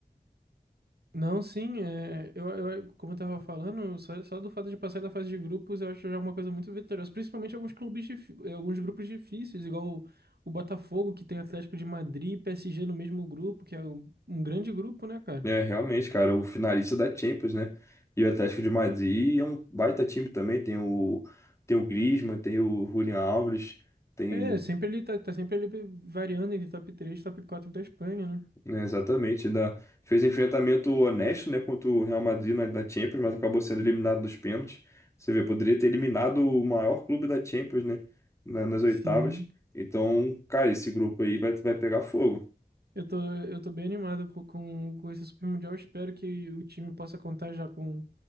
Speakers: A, on the right (about 65°); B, on the left (about 15°).
A: Não, sim, é, eu, eu, como eu tava falando, só, só do fato de passar da fase de grupos eu acho já uma coisa muito vitoriosa. Principalmente alguns clubes, difí- eh, alguns grupos difíceis, igual o, o Botafogo, que tem Atlético de Madrid e PSG no mesmo grupo, que é um, um grande grupo, né, cara?
B: É, realmente, cara, o finalista da Champions, né? E o Atlético de Madrid é um baita time também. Tem o, tem o Griezmann, tem o Julian Alves. Tem
A: É, sempre ele tá, tá sempre ali variando entre top 3, e top 4 da Espanha, né?
B: É, exatamente, ainda fez enfrentamento honesto, né, contra o Real Madrid na, da Champions, mas acabou sendo eliminado dos pênaltis. Você vê, poderia ter eliminado o maior clube da Champions, né, na- nas oitavas.
A: Sim.
B: Então, cara, esse grupo aí vai, vai pegar fogo.
A: Eu tô, eu tô bem animado co- com, com esse Super Mundial. Espero que o time possa contar já com